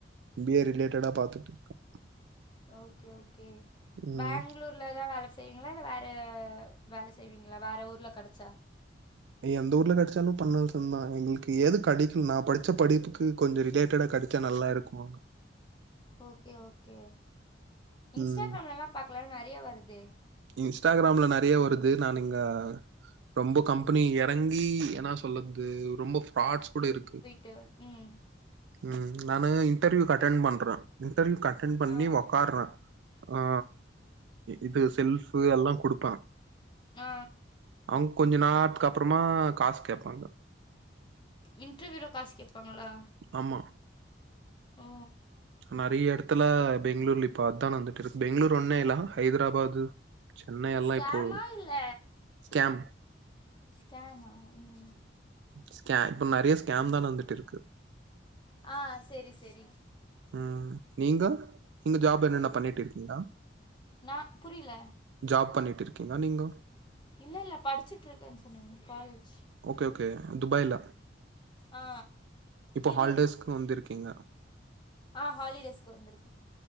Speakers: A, on the right (about 70°); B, on the left (about 25°).
A: எம் பி ஏ ரிலேட்டடா பாத்துட்டுக்கேன்
B: ஓகே ஓகே
A: ம்
B: பாங்களூர் தான் வேல செய்வீங்களா இல்ல வேற வேல செய்வீங்களா வேற ஊர்ல கிடைச்சா
A: எந்த ஊர்ல கிடைச்சாலும் பண்னோஷம் தான் எங்களுக்கு எது கிடைக்கும் நான் படிச்ச படிப்புக்கு கொஞ்சம் ரிலேட்டடா கிடைச்சா நல்லா இருக்கும்
B: ஓகே ஓகே இன்ஸ்டாகிராம்லலாம்
A: ம்
B: பாக்கலாம்ல நெறையா வருதே
A: இன்ஸ்டாகிராம்ல நெறைய வருது நான் இங்க ரொம்ப கம்பெனி இறங்கி என்னா சொல் றது ரொம்ப ஃபார்ஸ் கூட இருக்கு
B: டு ம்
A: ம் நானு இன்டர்வியூக்கு அட்டன்ட் பண்றேன் இன்டர்வியூக்கு அட்டன்ட் பண்ணி
B: ஆ
A: வொக்காறுறேன் அ இது செல்பு எல்லாம் குடுப்பான்
B: ஆ
A: அவங்க கொஞ்ச நேரத்துக்கு அப்பறமா காசு கேப்பாங்க
B: இன்டர்வியூல காசு கேப்பாங்களா
A: ஆமா
B: ஓ
A: நறைய இடத்துல பெங்களூர்ல பாத்தா வந்துட்டு இருக்கு பெங்களூர் ஒன்னே இல்ல ஹைதராபாத் சென்னை எல்லாம்
B: ஸ்கேமா
A: இப்போ
B: இல்ல
A: ஸ்கேம்
B: ஸ்கேமா ம்
A: ஸ்கேம் இப்போ நறைய ஸ்கேம் தான் நடந்துட்டு இருக்கு
B: ஆ சேரி சேரி
A: ம் நீங்க நீங்க ஜாப் என்னென்ன பண்ணிட்டு இருக்கீங்க
B: நா புரில
A: ஜாப் பண்ணிட்டு இருக்கீங்கா நீங்க
B: இல்ல இல்ல படிச்சுட்டு இருக்கேன்னு சொன்னனே காலேஜ்
A: ஓகே ஓகே துபாய்ல
B: ஆ
A: இப்போ
B: இது
A: ஹாலிடேஸ்க்கு வந்திருக்கீங்க
B: ஆ ஹாலிடேஸ்க்கு வந்திருக்கேன்